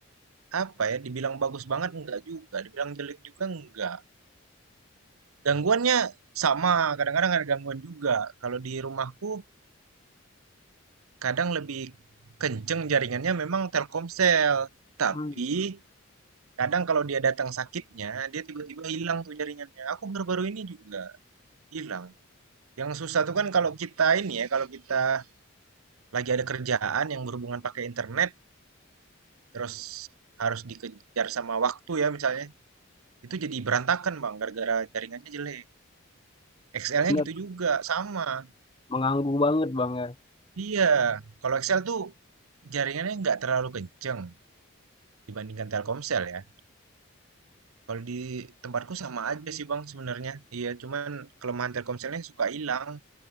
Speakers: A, on the right; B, on the left.
A: apa ya, dibilang bagus banget nggak juga, dibilang jelek juga nggak. Gangguannya sama, kadang-kadang ada gangguan juga. Kalau di rumahku kadang lebih kenceng jaringannya memang Telkomsel. Tapi
B: Hmm,
A: Kadang kalau dia datang sakitnya, dia tiba-tiba hilang tuh jaringannya. Aku baru-baru ini juga hilang. Yang susah tuh kan kalau kita ini ya, kalau kita lagi ada kerjaan yang berhubungan pakai internet, terus harus dikejar sama waktu ya misalnya, itu jadi berantakan bang, gara-gara jaringannya jelek. XL-nya
B: bener
A: gitu juga, sama.
B: mengganggu banget bang ya
A: Iya, kalau XL tuh jaringannya nggak terlalu kenceng dibandingkan Telkomsel ya. Kalau di tempatku sama aja sih bang sebenarnya. Iya, cuman kelemahan Telkomselnya suka hilang.